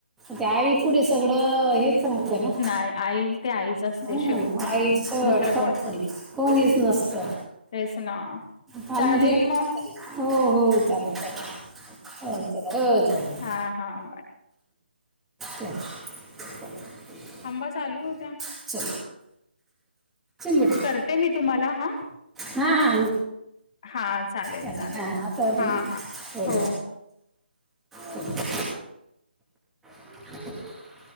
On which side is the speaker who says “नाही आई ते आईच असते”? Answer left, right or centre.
Left